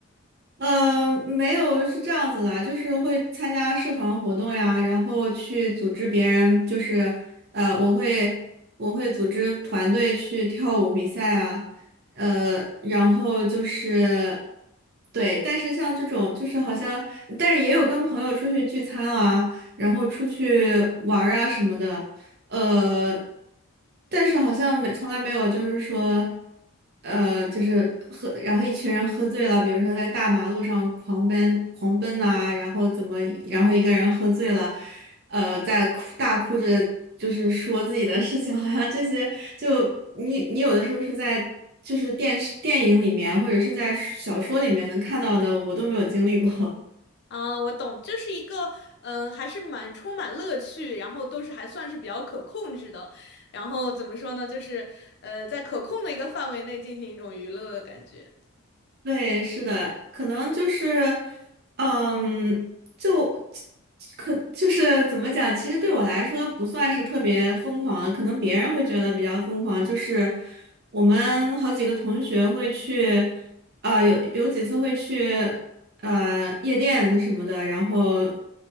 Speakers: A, on the right (about 45°); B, on the left (about 50°).
A: 呃，没有，是这样子啦，就是会参加社团活动呀，然后去组织别人，就是呃，我会我会组织团队去跳舞比赛啊，呃，然后就是对，但是像这种就是好像，但是也有跟朋友出去聚餐啦，然后出去玩儿啊什么的，呃，但是好像没从来没有，就是说，呃，就是喝，然后一群人喝醉了，比如说在大马路上狂奔、狂奔呐、然后怎么，然后一个人喝醉了，呃，在哭大哭着，就是说自己的事情，好像这些就你你有的时候是在就是电视电影里面或者是在小说里面能看到的，我都没有经历过。
B: 啊，我懂，就是一个嗯，还是蛮充满乐趣，然后都是还算是比较可控制的，然后怎么说呢，就是呃，在可控的一个范围内进行一种娱乐的感觉。
A: 对，是的，可能就是，嗯，就可就是怎么讲？其实对我来说不算是特别疯狂的，可能别人会觉得比较疯狂。就是我们好几个同学会去，啊、有有几次会去，呃，夜店什么的，然后